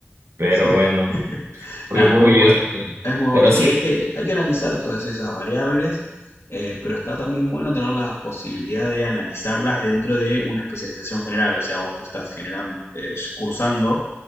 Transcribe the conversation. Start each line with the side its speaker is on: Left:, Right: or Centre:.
Right: pero
Left: Sí.
Right: bueno,
Left: <laughs>
Right: porque
Left: Nada,
Right: puro
Left: es muy
Right: yeso,
Left: bueno. Es muy bueno.
Right: pero sí,
Left: Y hay que, hay que analizar todas esas variables, eh, pero está también bueno tener la posibilidad de analizarlas dentro de una especialización general. O sea, vos te estás generando, eh, cursando